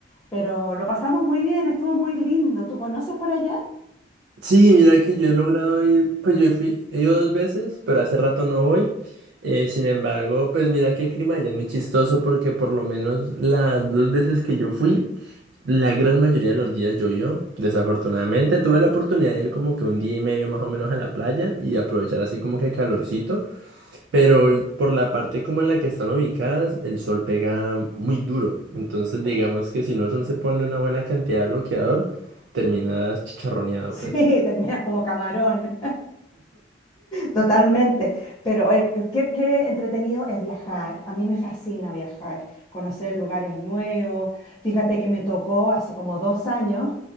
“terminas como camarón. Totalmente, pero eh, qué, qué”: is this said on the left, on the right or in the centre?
Left